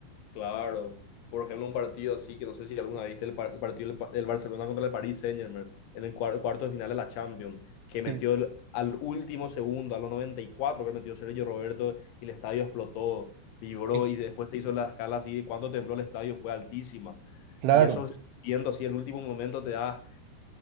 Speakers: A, on the left (about 80°); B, on the right (about 85°).
A: Claro, por ejemplo, un partido así que no sé si alguna vez viste el, par- el partido del, Pa- del Barcelona contra el Paris Saint-Germain en el cuar- cuarto de final de la Champions, que metió
B: Sí.
A: el- al último segundo, a los noventa y cuatro que metió Sergio Roberto y el estadio explotó, vibró
B: Eh,
A: y después se hizo la escala así, de cuánto tembló el estadio fue altísima.
B: Claro.
A: Y eso viendo así el último momento te da,